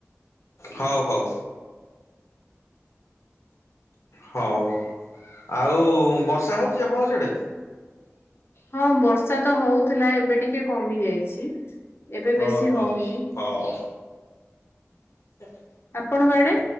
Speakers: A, on the left (about 80°); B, on the left (about 55°).
A: ହଉ ହଉ। ହଉ ଆଉ ବର୍ଷା ହଉଛି ଆପଣଙ୍କ ସେଠେ
B: ହଁ ବର୍ଷା ତ ହଉଥିଲା ଏବେ ଟିକେ କମି ଯାଇଛି। ଏବେ ବେଶୀ
A: ଓହୋ
B: ହଉନି
A: ହ ତଚ
B: ଆପଣ କଡେ